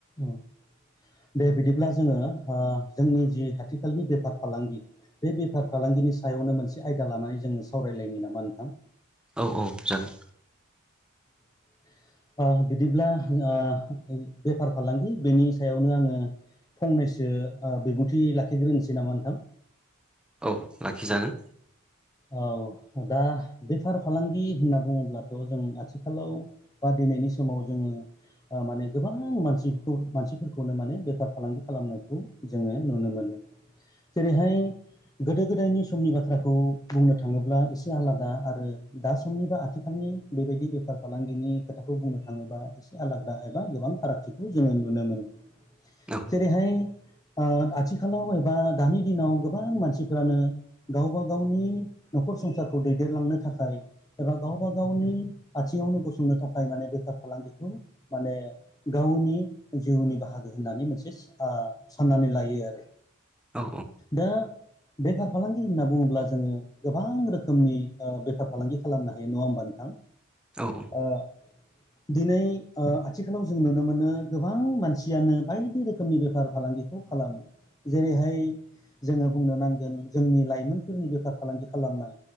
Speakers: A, on the left; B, in the centre.
A: औ दे बिदिब्ला जोङो ओ जोंनि जि आथिखालनि बेफार फालांगि बे बेफार फालां गिनि सायावनो मोनसे आयदा लानानै जोङो सावरायलायनि नामा नोंथां
B: औ औ जागोन
A: <unintelligible> ओ बिदिब्ला ओ बेफार फालांगि बेनि सायावनो आङो फंनैसो ओ बिबुंथि लाखिग्रोनोसै नामा नोंथां
B: औ लाखिजागोन
A: औ दा बेफार फालांगि होनना बुङोब्लाथ' जों आथिखालाव बा दिनैनि समाव जोङो माने गोबां मानसिखौ मानसिफोरखौनो माने बेफार फालांगि खालामनायखौ जोङो नुनो मोनो जेरैहाय गोदो गोदायनि समनि बाथ्राखौ बुंनो थाङोब्ला एसे आलादा आरो दा समनि बा आथिखालनि बेबायदि बेफार फालांगिनि खोथाखौ बुंनो थाङोबा एसे आलादा एबा गोबां फारागथिखौ जोङो नुनो मोनो
B: औ
A: जेरैहाय ओ आथिखालाव एबा दानि दिनाव गोबां मानसिफोरानो गावबा गावनि न'खर संसारखौ दैदेनलांनो थाखाय एबा गावबा गावनि आथिङावनो गसंनो थाखाय माने बेफार फालांगिखौ माने गावनि जिउनि बाहागो होननानै मोनसे ओ साननानै लायो आरो
B: औ
A: दा बेफार फालांगि होनना बुङोब्ला जोङो गोबां रोखोमनि ओ बेफार फालांगि खालामनो हायो नङा होमबा नोंथां
B: औ औ
A: ओ दिनै ओ आथिखालाव जों नुनो मोनो गोबां मानसियानो बायदि रोखोमनि बेफार फालांगिखौ खालामो जेरैहाय जोङो बुंनो नांगोन जोंनि लाइमोनफोरनि बेफार फालांगि खालामनाय